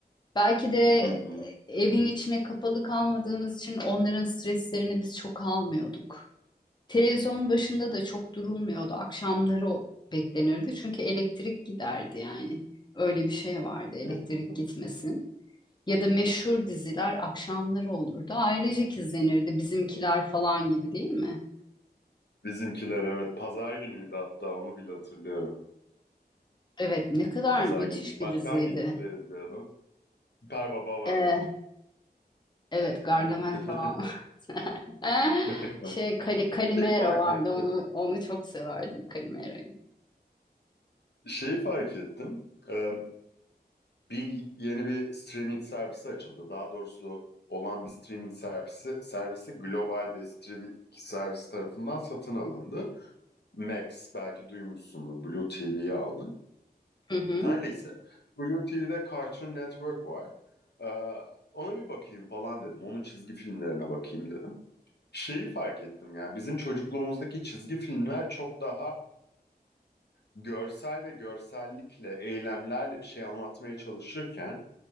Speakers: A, on the left (about 25°); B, on the left (about 85°).
A: Belki de
B: Hı hı.
A: e, evin içine kapalı kalmadığımız için onların streslerini biz çok almıyorduk. Televizyonun başında da çok durulmuyordu. Akşamları o beklenirdi. Çünkü elektrik giderdi yani. Öyle bir şey vardı elektrik
B: <laughs>
A: gitmesin. Ya da meşhur diziler akşamları olurdu. Ailecek izlenirdi Bizimkiler falan gibi değil mi?
B: Bizimkiler evet pazar günüydü hatta onu bile hatırlıyorum.
A: Evet ne kadar
B: Pazar
A: müthiş
B: günü.
A: bir
B: Başka
A: diziydi.
B: hangi dizileri izliyordun? Süper Baba vardı.
A: Ee, evet Gargamel
B: <laughs>
A: falan vardı. <laughs>
B: Gerçekten.
A: Şey Kali, Kalimero
B: Şeyi fark
A: vardı
B: ettim.
A: onu onu çok severdim Kalimero'yu.
B: Şeyi fark ettim. Ee, Bir yeni bir streaming servisi açıldı. Daha doğrusu olan bir streaming servisi servisi global bir streaming servis tarafından satın alındı. Max belki duymuşsundur. Blue TV'yi aldı.
A: Hı hı.
B: Her neyse. Blue TV'de Cartoon Network var. Ee, ona bir bakayım falan dedim. Onun çizgi filmlerine bakayım dedim. Şeyi fark ettim yani bizim çocukluğumuzdaki çizgi filmler çok daha görsel ve görsellikle, eylemlerle bir şey anlatmaya çalışırken